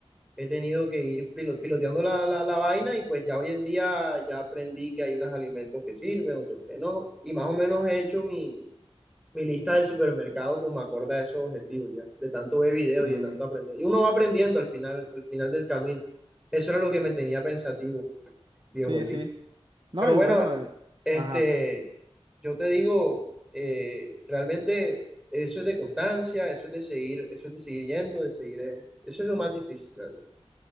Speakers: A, in the centre; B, on the right (about 50°).
A: he tenido que ir pilo- piloteando la, la, la vaina y pues ya hoy en día ya aprendí que hay unos alimentos que sirven, otros que no. Y más o menos he hecho mi, mi lista del supermercado como acorde a esos objetivos ya, de tanto ver videos
B: Mm,
A: y de tanto aprender. Y uno va aprendiendo al final, al final del camino. Eso era lo que me tenía pensativo, viejo
B: sí,
A: Luis.
B: sí. No,
A: Pero
B: y
A: bueno,
B: bueno, eh,
A: este,
B: ajá.
A: yo te digo, eh, realmente eso es de constancia, eso es de seguir, eso es de seguir yendo, de seguir, eh, eso es lo más difícil realmente.